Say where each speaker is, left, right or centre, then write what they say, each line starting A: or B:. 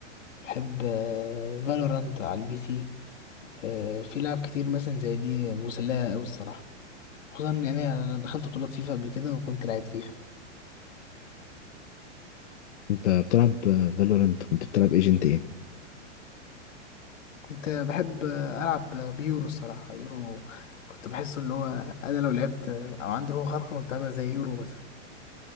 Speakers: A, on the left (about 85°); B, on the left (about 65°).
A: بحب فالورانت على البي سي آه، في لعب كتير مثلا زي دي مسلية أوي الصراحة خصوصا يعني انا دخلت بطولات فيفا قبل كده وكنت لعيب فيها
B: أنت بتلعب فالورنت كنت بتلعب ايجنت إيه؟
A: كنت بحب ألعب بيورو الصراحة يورو كنت بحسه اللي هو أنا لو لعبت أو عندي هو خارقة متابعة زي يورو مثلا